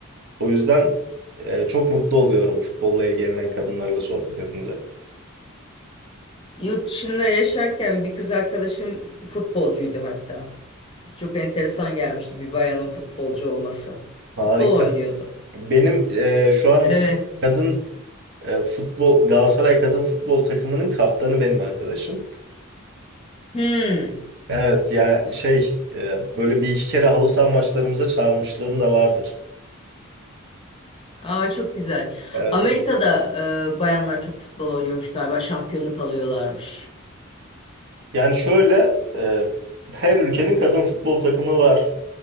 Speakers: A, on the right; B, on the left.
A: O yüzden e, çok mutlu oluyorum futbolla ilgilenen kadınlarla sohbet edince.
B: Yurt dışında yaşarken bir kız arkadaşım futbolcuydu hatta. Çok enteresan gelmişti bir bayanın futbolcu olması.
A: Harika.
B: Futbol oynuyordu.
A: Benim e, şu an
B: Evet.
A: kadın e, futbol Galatasaray kadın futbol takımının kaptanı benim arkadaşım.
B: Hmm.
A: Evet ya şey e, böyle bir iki kere halı saha maçlarımıza çağırmışlığım da vardır.
B: Aa çok güzel.
A: Evet,
B: Amerika'da
A: evet.
B: e, bayanlar çok futbol oynuyormuş galiba. Şampiyonluk alıyorlarmış.
A: Yani şöyle e, her ülkenin kadın futbol takımı var.